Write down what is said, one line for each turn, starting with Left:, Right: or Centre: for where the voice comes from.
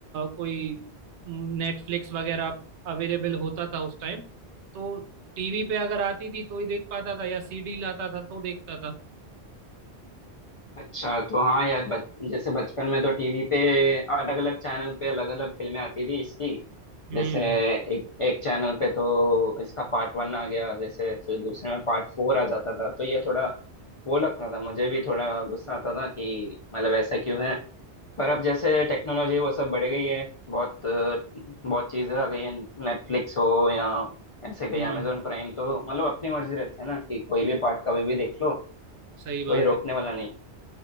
Right: कोई नेटफ्लिक्स वगैरह अवेलेबल होता था उस टाइम तो टीवी पे अगर आती थी तो ही देख पाता था या सीडी लाता था तो देखता था
Left: अच्छा तो हाँ यार बच, जैसे बचपन में तो टीवी पे अलग अलग चैनल पे अलग अलग फिल्में आती थी इसकी
Right: हम्म
Left: जैसे एक एक चैनल पे तो इसका पार्ट वन आ गया जैसे फिर दूसरे में पार्ट फोर आ जाता था तो ये थोड़ा वो लगता था मुझे भी थोड़ा गुस्सा आता था कि मतलब ऐसा क्यों है पर अब जैसे टेक्नोलॉजी वो सब बढ़ गई है बहुत बहुत चीज़ें आ गई हैं नेटफ्लिक्स हो या ऐसे कहीं
Right: हम्म
Left: अमेजोन प्राइम तो मतलब अपनी मर्जी रहती है ना कि कोई भी पार्ट कभी भी देख लो
Right: सही बात
Left: कोई रोकने
Right: है
Left: वाला नहीं